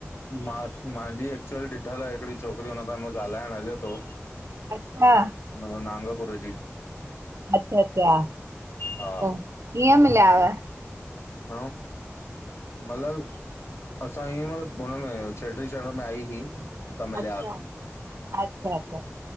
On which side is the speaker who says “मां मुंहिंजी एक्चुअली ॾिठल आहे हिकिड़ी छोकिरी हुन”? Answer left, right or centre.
Left